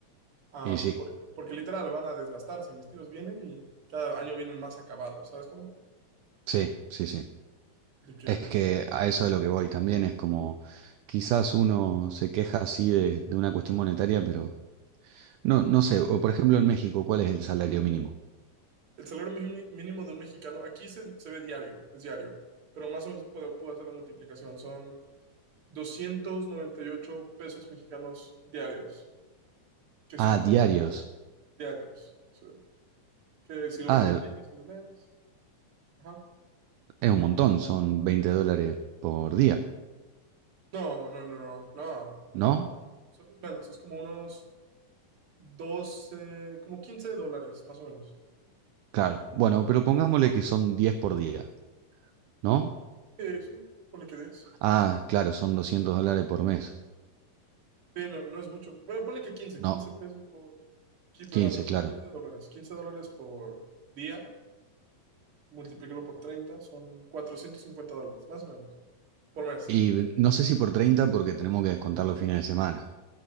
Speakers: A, on the right; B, on the right.
A: am,
B: Y sí,
A: por- porque literal van a desgastarse. Mis tíos vienen y cada año vienen más acabados, ¿sabes cómo?
B: sí, sí, sí.
A: De que
B: Es que a eso es lo que voy también, es como quizás uno se queja así de, de una cuestión monetaria, pero no, no sé, o por ejemplo en México, ¿cuál es el salario mínimo?
A: El salario mini- mínimo de un mexicano, aquí se, se ve diario, es diario, pero más o menos puedo, puedo hacer la multiplicación. Son 298 pesos mexicanos diarios, que son
B: Ah,
A: como
B: diarios.
A: diarios. sí. Que si lo
B: Ah,
A: multiplicas
B: de-
A: en el mes. Ajá.
B: es un montón, son 20 dólares por día,
A: No, no, no, no, no,
B: ¿no?
A: no. Son es menos, es como unos 12 como 15 dólares, más o menos.
B: Claro, bueno, pero pongámosle que son 10 por día. ¿No?
A: Sí, sí, ponle que 10.
B: Ah, claro, son 200 dólares por mes.
A: Sí, no, no es mucho. Bueno, ponle que quince
B: No,
A: quince pesos por... Sí, perdón,
B: 15 claro.
A: 15 dólares, 15 dólares por día multiplícalo por 30 son 450 dólares, más o menos, por mes.
B: Y no sé si por 30 porque tenemos que descontar los fines de semana.